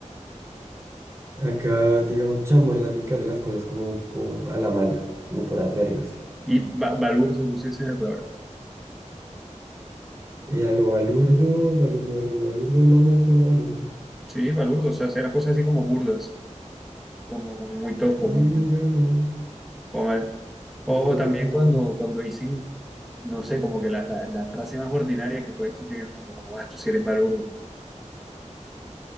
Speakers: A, on the right (about 25°); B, in the centre.
A: acá digamos chambón es alguien que hace las cosas como por, a la mala, como por hacerlas.
B: Y ba- balurdo, no sé si es la palabra.
A: Eh, a lo balurdo, balurdo, balurdo, balurdo, no me suena balurdo.
B: Sí, balurdo, o sea, hacer cosas así como burdas, como, como muy tosco,
A: Mm,
B: muy,
A: Mira, no,
B: como mal. O,
A: no, no
B: o también
A: me suena.
B: cuando, cuando dicen, no sé, como que la, la, la frase más ordinaria que puede existir en el mundo, como, ah, tú sí eres balurdo.